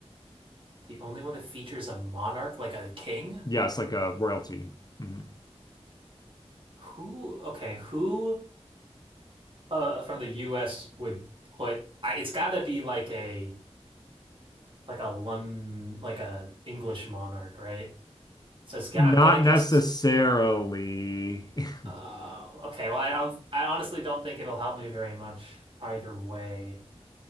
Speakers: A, on the right; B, on the left.
A: The only one that features a monarch like a king?
B: Yes, like a royalty. Mhm.
A: Who, okay, who uh from the US would put I it's gotta be like a like a Lon like a English monarch, right? So it's, g-
B: Not
A: I'm gonna guess
B: necessarily.
A: it's
B: <laughs>
A: uh okay, well I don't I honestly don't think it'll help me very much either way.